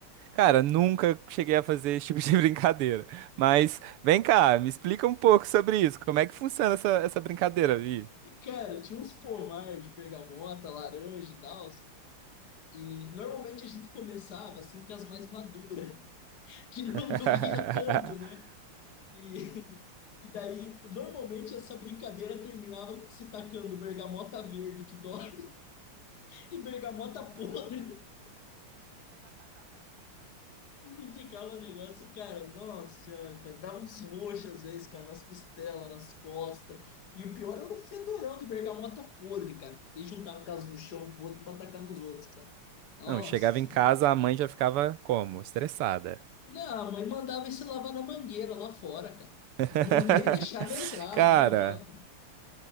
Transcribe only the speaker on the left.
Cara, tinha uns pomar de bergamota, laranja e tal. E normalmente a gente começava assim com as mais maduras, <laughs> que não
doía tanto, né? E, <laughs> e daí, normalmente essa brincadeira terminava se tacando bergamota verde que dói <laughs> e bergamota podre. E ficava um negócio, cara, nossa senhora, cara, dava uns roxos às vezes, cara, nas costelas, nas costas. E o pior era o fedorão de bergamota podre, cara, que eles juntava com as no chão podre pra atacar nos outros, cara. Nossa
senhora.
Não, a mãe mandava ele se lavar na mangueira lá fora, cara. Não
nem deixava entrar,
não, fala.